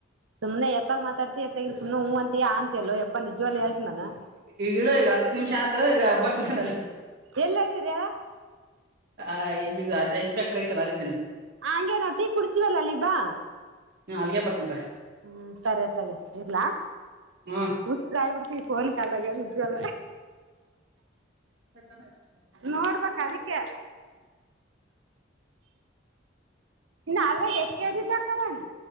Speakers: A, on the right (about 80°); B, on the right (about 55°).
A: ಸುಮ್ನೆ ಎತ್ತಾಗ್ ಮಾತಾಡ್ತಿಯ ಅತಗಿರು ಸುಮ್ನೆ ಊಂ ಅಂತ್ ತಿಯಾ ಅಂತ್ಯಲ್ಲೋ ಯಪ್ಪಾ ನಿಜವಾಲು ಹೇಳ್ತಿ ನಾನು
B: ಇಳು ಈಗ ಹತ್ತು ನಿಮಿಷ ಆತು ಈಗ ಬರ್ತನಾನ
A: ಎಲ್ಲದೀರ್ ಹೇಳು.
B: ಆ ಇಲ್ಲಿದು ಆಚೆ ಐಸ್ ಫ್ಯಾಕ್ಟರಿ ಐತ್ತಲ್ಲ ಅಲ್ಲಿದೀನಿ.
A: ಅಂಗೆ ನಾವ್ ಟೀ ಕುಡಿತಿವಲ್ಲ ಅಲ್ಲೀಗ್ ಬಾ.
B: ಹ್ಮ ಅಲ್ಲಿಗೆ ಬರ್ತಂತ
A: ಹ್ಮ್ ಸರೆ ಅತ್ತಾಗೆ ಇರ್ಲ
B: ಹ್ಮ
A: ಹುಚ್ರಾಗ್ ಬಿಡ್ತೀವಿ ಫೋನ್ ಕಾಲಾಗೆ ನಿಜ್ವಾಲು
B: <unintelligible>
A: ನೋಡ್ಬೇಕ್ ಅದಿಕ್ಕೆ ಇನ್ನು ಅದ್ರಾಗೆ ಎಷ್ಟ್ ಕೆಜಿ ತಾಕೊ ಬಂದ್ನು